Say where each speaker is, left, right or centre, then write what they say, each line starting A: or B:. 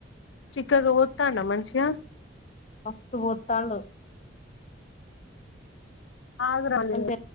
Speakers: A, on the left (about 80°); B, on the left (about 40°).
A: చిక్కగా వోతండా మంచిగా
B: మస్తు పోతాండు
A: ఆగు రాని
B: మంచిగా